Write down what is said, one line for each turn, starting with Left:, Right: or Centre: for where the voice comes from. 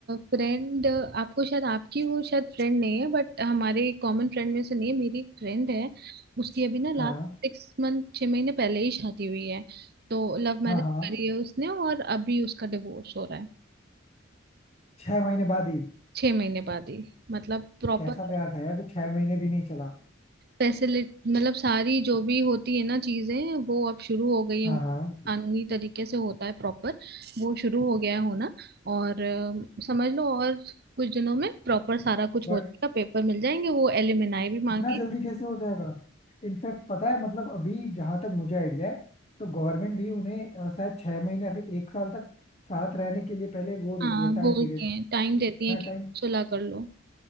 Right: फ्रेंड आपको शायद आपकी वो शायद फ्रेंड नहीं है बट हमारे कॉमन फ्रेंड में से नहीं है मेरी एक फ्रेंड है उसकी अभी ना
Left: हाँ
Right: लास्ट सिक्स मंथ छह महीने पहले ही शादी हुई है तो लव मैरिज
Left: हाँ हाँ
Right: करी है उसने और अभी उसका डिवोर्स हो रहा है
Left: छह महीने बाद ही
Right: छह महीने बाद ही मतलब प्रॉपर
Left: कैसा प्यार था यार जो छह महीने भी नहीं चला
Right: फैसिलिट मतलब सारी जो भी होती है ना चीजें वो अब शुरू हो गई है
Left: हाँ हाँ
Right: कानूनी तरीके से होता है प्रॉपर वो शुरू हो गया है होना और अ, समझ लो और कुछ दिनों में प्रॉपर सारा कुछ
Left: बट
Right: हो जाएगा पेपर मिल जाएंगे वो एलिमनाई भी मांगे
Left: इतना जल्दी कैसे हो जाएगा इनफैक्ट पता है मतलब अभी जहां तक मुझे आइडिया है तो गवर्नमेंट भी उन्हें अ, शायद छह महीने या फिर एक साल तक साथ रहने के लिए पहले वो देती
Right: हाँ
Left: है
Right: बोलते
Left: टाइम पीरियड
Right: हैं टाइम
Left: कि
Right: देती
Left: इतना
Right: हैं कि
Left: टाइम
Right: सुलह कर लो